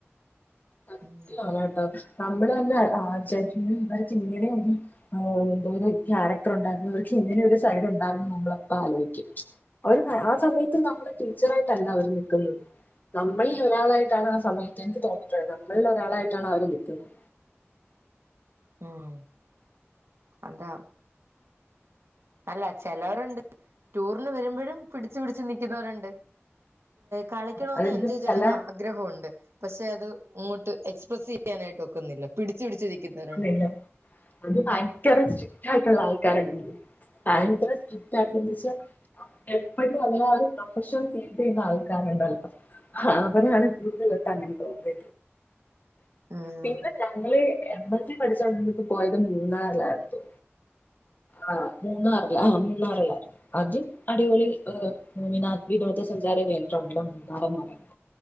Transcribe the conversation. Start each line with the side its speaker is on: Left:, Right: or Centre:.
Left: സത്യമാണ്
Right: ഉം
Left: കേട്ടോ നമ്മള് തന്നെ ആചരി ഇവർക്ക് ഇങ്ങനെ ഒരു എന്തോ ഒരു ക്യാരക്ടർ ഉണ്ടായിരുന്നു അവർക്ക് ഇങ്ങനെ ഒരു സൈഡ് ഉണ്ടായിന്ന് നമ്മളപ്പ ആലോയിക്കും അവര് ആ സമയത്ത് നമ്മള് ടീച്ചറായിട്ടല്ല അവര് നിക്കുന്നത് നമ്മളിൽ ഒരാളായിട്ടാണ് ആ സമയത്ത് എനിക്ക് തോന്നിട്ടുള്ളത് നമ്മളിൽ ഒരാളായിട്ടാണ് അവര് നിക്കുന്നത്
Right: ഉം അതാ അല്ല ചെലവരുണ്ട് ടൂറിന് വരുമ്പോഴും പിടിച്ച് പിടിച്ച് നിക്കുന്നവരുണ്ട് കളിക്കണം
Left: അവർക്ക്
Right: എന്നുംഎൻജോയ് ചെയ്യണമെന്ന്
Left: ചില
Right: ആഗ്രഹമുണ്ട് പക്ഷെ അത് അങ്ങോട്ട് എക്സ്പ്രസ് ചെയ്യാനായിട്ട് ഒക്കുന്നില്ല പിടിച്ച് പിടിച്ച് നിക്കുന്നവരുണ്ട്
Left: നില്ല അത് ഭയങ്കര സൃക് ഇതായിട്ടുള്ള കാരണ്ട് <unintelligible> എപ്പോഴും അതികം ആളും പ്രൊഫഷൽ കീപ് ചെയ്യുന്ന ആൾക്കാരാണ് ഇപ്പം അവരാണ് കൂടുതലാട്ട് അങ്ങനെ തോന്നത്
Right: ഉം
Left: പിന്നെ ഞങ്ങള് എമ്മ് പത്തീപഠിച്ചോണ്ടിരിന്നപ്പോപോയത് മൂന്നാറിലായിരുന്നു ആ മൂന്നാറില് ആ മൂന്നാറിലായിരുന്നു അത് അടിപൊളി <unintelligible> വിനോദ സഞ്ചാര കേന്ദ്രാണല്ലോ മൂന്നാർന്ന് പറയന്നേ